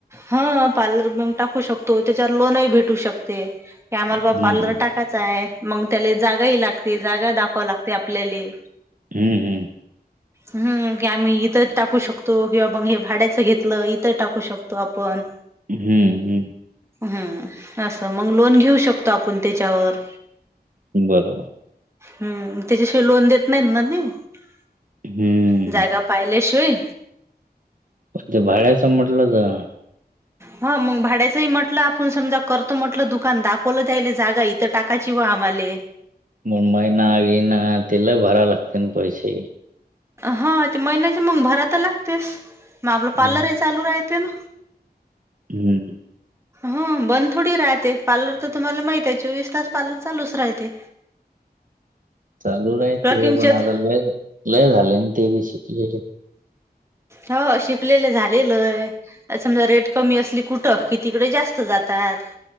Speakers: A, on the right; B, on the right.
A: हा पार्लर बँक टाकू शकतो त्याच्यावर लोनही भेटू शकते. क आम्हाला बाबा
B: हम्म
A: पार्लर टाकायचा आहे मग त्याला जागा ही लागते जागा दाखवाव लागते आपल्याला
B: हम्म हम्म.
A: ह् की आम्ही इथं टाकू शकतो किंवा बंग हे भाड्याचं घेतलं इथं टाकू शक तो आपण.
B: हम्म हम्म.
A: हम्म असं मग लोन घेऊ शकतो आपण त्याच्यावर.
B: बरोबर.
A: हम्म त्याच्याशिवाय लोन देत नाहीत ना नाही
B: हम्म
A: जागा पाहिल्याशिवाय
B: ते भाड्याचं म्हटलं तर
A: हा मग भाड्याचंही म्हटलं आपण समजा करतो म्हटलं दुकान दाखवलं जायल जागा इथं टाकायची बॅ आम्हाले.
B: मण मग ना घे ना तिला भरा लागते ना पैसे.
A: हा ते महिन्याची मग भरा तर लागतेस मग आपलं पार्लरही
B: हम्म
A: चालू राहते ना.
B: हम्म.
A: ह बंद थोडी राहते पार्लर तर तुम्हाला माहित आहे चोवीस तास पार्लर चालूच राहते.
B: चालू राह
A: क्लकिंगचे
B: ते पण आता लय लय झाले ते बी शिकलेले.
A: हो शिकलेलं झाले लय. समजा रेट कमी असली कुठं कि तिकडे जास्त जातात.